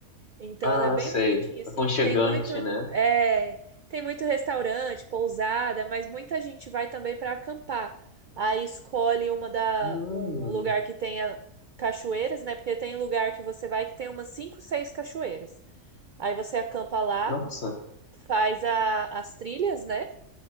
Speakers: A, on the right; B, on the left.
A: Então
B: Ah,
A: ela é bem
B: sei.
A: bonitinha, assim.
B: Aconchegante,
A: Tem muito,
B: né?
A: é, tem muito restaurante, pousada, mas muita gente vai também para acampar. Aí escolhe uma da,
B: Hum,
A: um lugar que tenha cachoeiras, né? Porque tem lugar que você vai que tem umas cinco, seis cachoeiras. Aí você acampa lá,
B: nossa.
A: faz a- as trilhas, né?